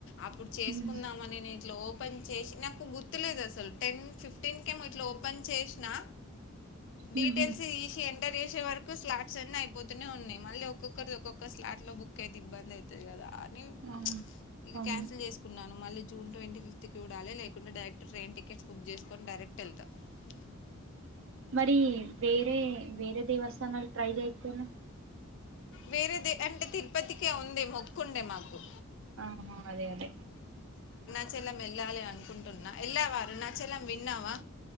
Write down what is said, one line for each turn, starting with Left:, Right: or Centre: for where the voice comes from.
Left: అప్పుడు చేసుకుందాం
Right: మ్మ్.
Left: మని నేను ఇట్ల ఓప్ ఓపెన్ చేశి నాకు గుర్తులేదు అసల్ టెన్ ఫిఫ్టీన్కేమో ఇట్లా ఓపెన్ చేశినా
Right: మ్హూ.
Left: డీటెయిల్స్ తీసి ఎంటర్ చేసే వరకు స్లా <unintelligible> అయిపోతూనే ఉన్నాయి మళ్ళీ ఒక్కొక్కరి ఒక్కొక్క స్లాట్ లో బుక్ అయితే ఇబ్బంది అవుతుంది కదా కాని
Right: ఆ,
Left: ఇక
Right: అవును
Left: క్యాన్సిల్ చేసుకున్నాను మళ్ళీ జూన్ ట్వీ ఫిఫ్త్కి చుడాలి లేకుంట డైరక్ట్ ట్రైన్ టికెట్స్ బుక్ చేసుకోని డైరెక్ట్ <unintelligible>
Right: మరి వేరే వేరే దేవస్థానాలు ట్రై చేయకపో <unintelligible>
Left: వేరేది అంటే తిరుపతికే ఉంది మొక్కుండే మాకు
Right: ఆహా అదే అదే
Left: అరునాచలం వెళ్ళాలి అనుకుంటున్నా వెళ్ళావ అరునాచలం విన్నావా